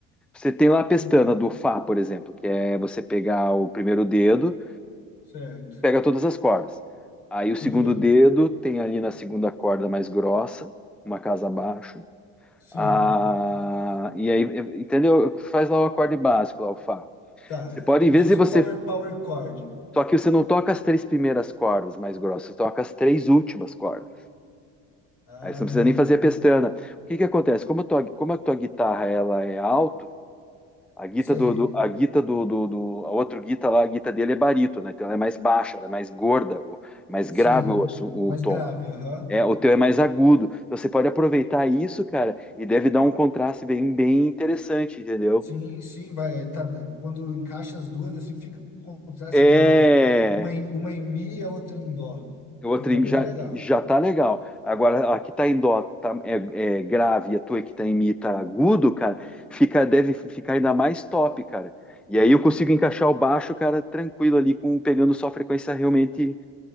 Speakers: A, in the centre; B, on the left (about 65°).
A: Você tem lá a pestana
B: Com-
A: do Fá, por exemplo, que é você pegar o primeiro dedo
B: Certo.
A: pega todas as cordas. Aí o segundo
B: Tudo bem.
A: dedo tem ali na segunda corda mais grossa, uma casa abaixo.
B: Sim.
A: Ah, e aí, entendeu? Faz lá o acorde básico, lá o Fá.
B: Tá.
A: Você pode,
B: Como
A: em vez
B: se fosse
A: de você.
B: um power, power chord.
A: Só que você não toca as três primeiras cordas mais grossas, você toca as três últimas cordas.
B: Ah,
A: Aí você não precisa nem fazer a pestana. O que que acontece? Como a tua, como a tua guitarra ela é alto, a guita
B: sei.
A: do, do- a guita do, do, do- a outra guita lá, a guita dele é barito, né? Então ela é mais baixa, ela é mais gorda, o- mais
B: Sim.
A: grave o, o
B: Mais
A: tom.
B: grave, aham.
A: É, o teu é mais agudo. Então você pode aproveitar isso, cara, e deve dar um contraste bem, bem interessante, entendeu?
B: Sim, sim, vai. é, Tá, quando encaixa as duas, assim, fica com um contraste
A: É,
B: bem massa. Uma, em- uma em mi e a outra em dó.
A: outra
B: Fica
A: em-
B: bem
A: já,
B: legal.
A: já tá legal. Agora, a que tá em dó tá, é, é grave e a tua que tá em mi tá agudo, cara, fica, deve ficar ainda mais top, cara. E aí eu consigo encaixar o baixo, cara, tranquilo ali, com, pegando só frequência realmente